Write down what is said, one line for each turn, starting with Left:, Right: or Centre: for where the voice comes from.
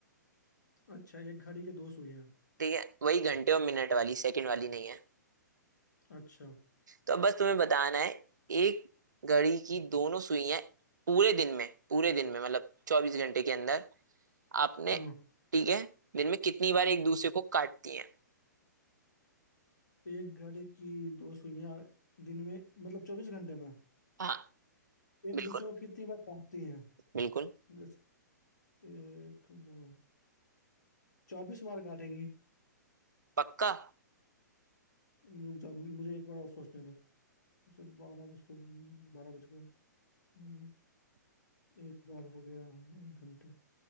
Left: अच्छा एक घड़ी के दो सुइयां
Right: ठीक है वही घंटे और मिनट वाली सेकंड वाली नहीं है
Left: अच्छा
Right: तो अब बस तुम्हें बताना है एक घड़ी की दोनों सुइयां पूरे दिन में पूरे दिन में मतलब चौबीस घंटे के अंदर आपने
Left: हाँ
Right: ठीक है दिन में कितनी बार एक दूसरे को काटती हैं
Left: एक घड़ी की दो सुइयां दिन में मतलब चौबीस घंटे में
Right: हाँ
Left: एक
Right: बिल्कुल
Left: दूसरे को कितनी बार काटती हैं
Right: बिल्कुल
Left: जैसे एक दो चौबीस बार काटेंगी
Right: पक्का
Left: रुक जाओ मुझे एक बार और सोचने दो जैसे बारह बज के बारह बज गए हम्म, एक बार हो गया एक घंटे